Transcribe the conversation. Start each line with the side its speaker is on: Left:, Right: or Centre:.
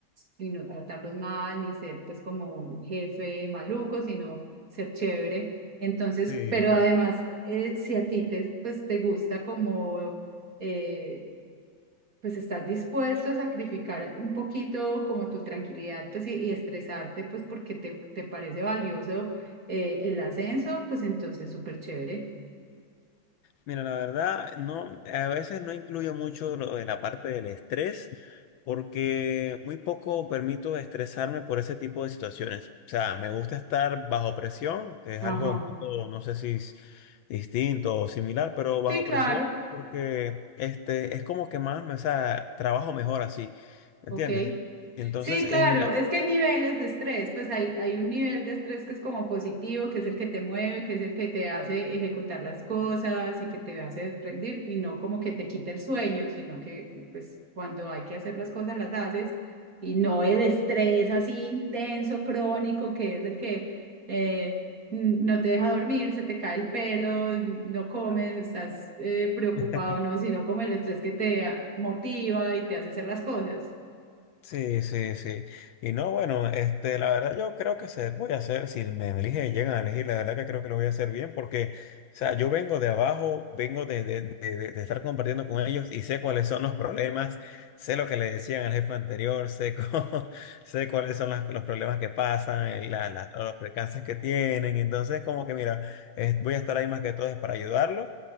Right: y no tratarlos mal, ni ser pues como un jefe maluco, sino ser chévere. Entonces,
Left: sí,
Right: pero además, eh, si a ti te, pues, te gusta como, eh, pues estás dispuesto a sacrificar un poquito como tu tranquilidad, pues y, y estresarte, pues porque te, te parece valioso eh, el ascenso, pues entonces súper chévere.
Left: Mira, la verdad, no, a veces no incluyo mucho lo de la parte del estrés, porque muy poco permito estresarme por ese tipo de situaciones. O sea, me gusta estar bajo presión, que es
Right: Ajá.
Left: algo un poco, no sé si es distinto o similar, pero bajo
Right: Sí, claro.
Left: presión, porque este es como que más, me- o sea, trabajo mejor así, ¿me
Right: Ok.
Left: entiendes? Entonces,
Right: Sí,
Left: eh,
Right: claro,
Left: la-
Right: es que hay niveles de estrés, pues hay, hay un nivel de estrés que es como positivo, que es el que te mueve, que es el que te hace ejecutar las cosas y que te hace rendir y no como que te quite el sueño, sino que pues cuando hay que hacer las cosas las haces y no el estrés así intenso, crónico, que es el que eh, n- no te deja dormir, se te cae el pelo, no comes, estás eh, preocupado,
Left: <laughs>
Right: no, sino como el estrés que te ah, motiva y te hace hacer las cosas.
Left: Sí, sí, sí. Y no, bueno, este, la verdad yo creo que se voy a hacer, si me eligen, llegan a elegir, la verdad que creo que lo voy a hacer bien porque, o sea, yo vengo de abajo, vengo de, de, de, de- de estar compartiendo con ellos y sé cuáles son los problemas, sé lo que le decían al jefe anterior, sé, cómo- <laughs> sé cuáles son las- los problemas que pasan, eh, la- la- los percances que tienen, entonces como que mira, eh, voy a estar ahí más que todo es para ayudarlos.